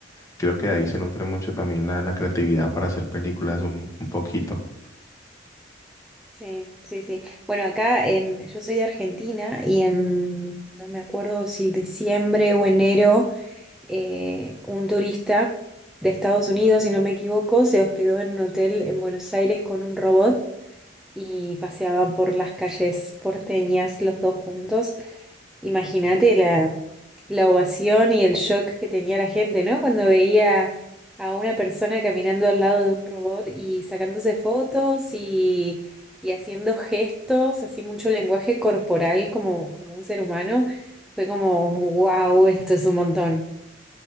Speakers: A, on the left; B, in the centre.
A: Creo que de ahí se nutre mucho también la, la creatividad para hacer películas un, un poquito.
B: Sí, sí, sí. Bueno, acá en, yo soy de Argentina y en, no me acuerdo si diciembre o enero, eh, un turista de Estados Unidos, si no me equivoco, se hospedó en un hotel en Buenos Aires con un robot y paseaban por las calles porteñas los dos juntos. Imagínate la, la ovación y el shock que tenía la gente, ¿no? Cuando veía a una persona caminando al lado de un robot y sacándose fotos y, y haciendo gestos, así mucho lenguaje corporal como, como un ser humano, fue como, wow, esto es un montón.